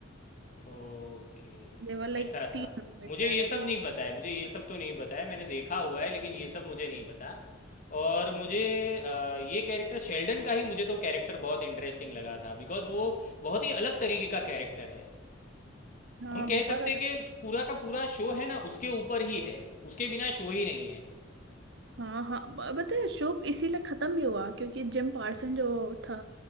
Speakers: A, on the left; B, on the right.
A: ओके
B: देवर लाइक
A: ऐसा
B: तीन
A: था
B: रूममेट
A: मुझे
B: रह
A: ये
B: रहे
A: सब
B: थे
A: नहीं पता है मुझे ये सब तो नहीं पता है मैंने देखा हुआ है लेकिन ये सब मुझे नहीं पता और मुझे अ, ये कैरेक्टर शेल्डन का ही मुझे तो कैरेक्टर बहुत इंटरेस्टिंग लगा था बिकॉज वो बहुत ही अलग तरीके का कैरेक्टर है
B: हाँ
A: हम कह
B: बहुत
A: सकते
B: अलग
A: हैं कि पूरा का पूरा शो है ना उसके ऊपर ही है उसके बिना शो ही नहीं है
B: हाँ हाँ ब- पता है शो इसीलिए खत्म भी हुआ क्योंकि जिम पार्सन जो था